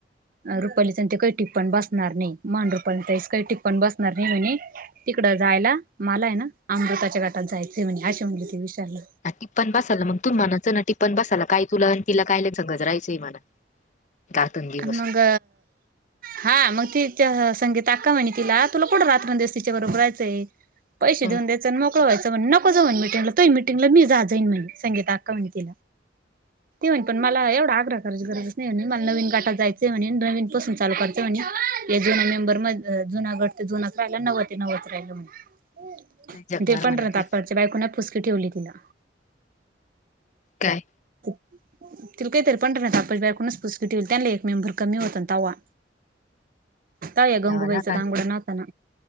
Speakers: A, on the right (about 50°); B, on the left (about 40°).
A: रुपाली काहीपण बसणार नाही मान रुपा काहीपपण बसणार नाही. म्हणे तिकडं जायला मलाय ना अमृताच्या गटात जायचे म्हणे असे म्हटले ते विचारला
B: टिप बसायला मग तू म्हणाच ना टिपण बसायला काय तुला आणि तिला काय ल सगजराहायचंय म्हणा. घातून दिवस
A: मग हा मग तीच्या संगी ताका म्हणे तिला तुला कोण रात्रंदवस तच्या बबरयचय पैसे
B: ह
A: देऊन दयच आणि मोकळ व्हायच. न म्हंग तटिंगला मी जान म्ह संी म्ह मला एवढा आग्रह करची गरज नाही आहे मला नवीन का? य म्हणे नवीन पासून लूरा म्हणे या जु मेंबर म जुगड ते जुना राला नव. न होत राहिल म
B: जगमार
A: ते पण
B: म्हणा
A: र
B: तू
A: तप्पाळच्या बाई कुणा फुसकी ठेवली तिला
B: काय?
A: तिला काहीतरी पण ना आपल्या बार कोूनच पुसकिटी हो त्यां. मेंबर कमी होत तवा तवा या गंगूबाईचा
B: वा ख
A: दांगडा नव्हता ना.